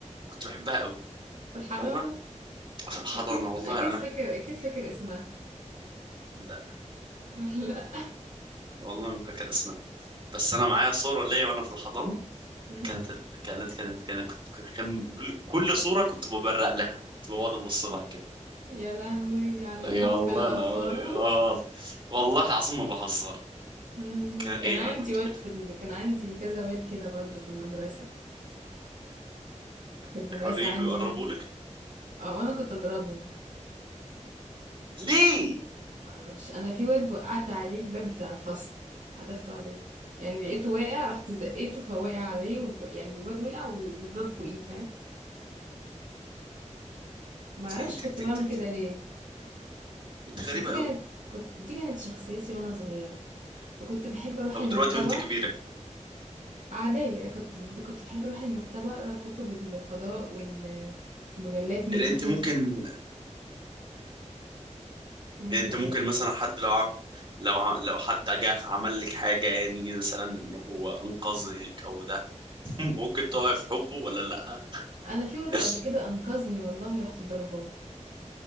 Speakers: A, on the right; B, on the right.
A: كنت بحبها قوي
B: في الحضانة
A: فاهمه في الحضانه
B: اكيد
A: والله
B: اكيد
A: انا
B: فاكر اكيد فاكر اسمها
A: لا
B: <laughs> لا
A: والله ما فاكر اسمها بس انا معايا صوره ليا وانا في الحضانه
B: أمم.
A: كانت ال... كانت كانت كانت كنت كنت- كان كل كل صوره كنت ببرق لها كنت بقعد ابص لها كده
B: يا لهوي على
A: اي
B: حب
A: والله
B: الاطفال
A: لا اه
B: <laughs>
A: والله العظيم ما بهزر
B: أمم.
A: كان اي
B: كان عندي
A: أنا كنت
B: واد
A: كنت
B: في ال... كان عندي كذا واد كده برضو في المدرسة في المدرسة
A: بيحاولوا يجوا
B: عندي
A: يقربوا لك
B: اه انا كنت اضربهم
A: ليه؟
B: ما اعرفش انا في واد وقعت عليه الباب بتاع الفصل حدفته عليه يعني لقيته واقع رحت زقيته فوقع عليه والب... يعني الواد وقع والباب فوقيه فاهم ما اعرفش
A: انت
B: كنت
A: انت
B: بعمل
A: انت انت,
B: كده ليه
A: انت
B: بس
A: غريبه
B: دي كانت
A: قوي
B: كنت دي كانت شخصيتي وانا صغيرة وكنت بحب اروح
A: طب
B: المكتبة
A: دلوقتي وانت كبيره
B: عادية كنت كنت بحب اروح المكتبة اقرا كتب الفضاء وال- ومجلات ميكي
A: يعني انت ممكن
B: ممكن
A: يعني انت ممكن
B: ايه
A: مثلا حد لو عم... لو عم... لو حد جه عمل لك حاجه يعني مثلا ان هو انقذك او ده <laughs> ممكن تقع في حبه ولا لا <laughs>
B: انا في واد قبل كده انقذني والله رحت ضرباه